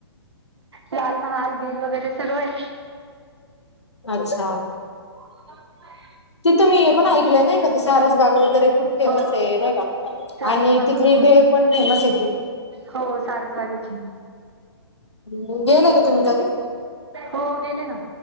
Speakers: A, on the right; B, on the left.
A: लाल महाल बिल वगैरे सगळय.
B: अच्छा.
A: <unintelligible>
B: तिथं मी हे पण ऐकलंय नाही का. ते सारस बाग वगैरे खूप फेमसे.
A: हो
B: नाय का?
A: सारसबाग
B: आणि तिथली भेळ पण फेमसे ती.
A: हो सारसबागेची
B: हम्म गेले का तुम्ही कधी?
A: हो गेले ना